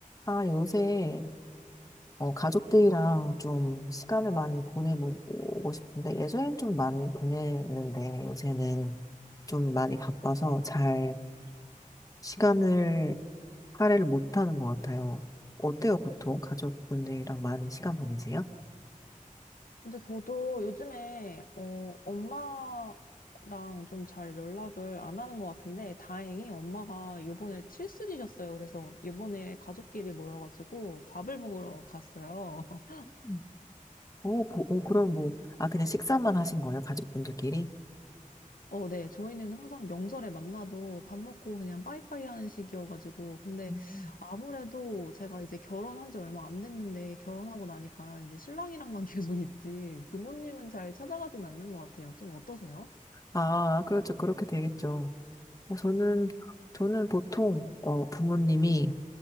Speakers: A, on the left; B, on the left.
A: 아, 요새 어, 가족들이랑 좀 시간을 많이 보내보고 싶은데 예전엔 좀 많이 보냈는데 요새는 좀 많이 바빠서 잘 시간을 할애를 못하는 것 같아요. 어때요, 보통 가족분들이랑 많이 시간 보내세요?
B: 근데 저도 요즘에 어, 엄마랑 좀 잘 연락을 안 하는 것 같은데 다행히 엄마가 요번에 칠순이셨어요. 그래서 요번에 가족끼리 모여가지고 밥을 먹으러 갔어요.
A: 음. 어, 보, 어, 그럼 뭐, 아, 그냥 식사만 하신 거예요, 가족분들끼리?
B: <laughs> 어, 네. 저희는 항상 명절에 만나도 밥 먹고 그냥 빠이빠이 하는 식이어가지고 근데
A: 음.
B: 아무래도 제가 이제 결혼한 지 얼마 안 됐는데 결혼하고 나니까 이제 신랑이랑만 <laughs> 계속 있지 부모님은 잘 찾아가진 않는 것 같아요. 좀 어떠세요?
A: 아, 그렇죠. 그렇게 되겠죠. 어, 저는, 저는 보통, 어, 부모님이